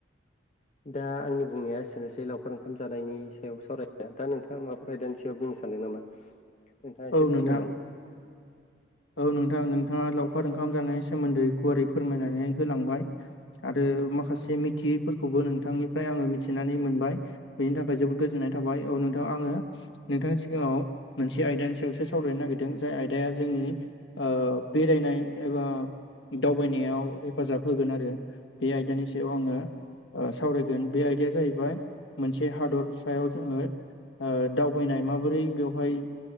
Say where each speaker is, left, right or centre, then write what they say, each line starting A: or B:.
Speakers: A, on the left (about 35°); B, on the left (about 75°).
A: <inaudible> दा आंनि बुंनाया एसेनोसै लावखार ओंखाम जानायनि सायाव सावरायनाया दा नोंथाङा माबाफोर आयदानि सगायाव बुंनो सानदों नामा? नोंथाङा
B: औ
A: एसे
B: नोंथां
A: फोरमायलांग
B: औ नोंथां नोंथाङा लावखार ओंखाम जानायनि सोमोन्दै गुवारै फोरमायनानै होलांबाय आरो माखासे मिथियैफोरखौबो नोंथांनिफ्राय आङो मिथिनानै मोनबाय। बेनि थाखाय जोबोद गोजोननाय थाबाय औ नोंथाङा आङो नोंथांनि सिगाङाव मोनसे आयदानि सायावसो सावरायनो नागिरदों जाय आयद आदाया जोंनि बेरायनाय एबा दावबायनायाव हेफाजाब होगोन आरो बे आयदानि सायाव आङो सावरायगोन बे आयदाया जाहैबाय मोनसे हादर सायाव जोङो अ दावबायनाय माबोरै बेवहाय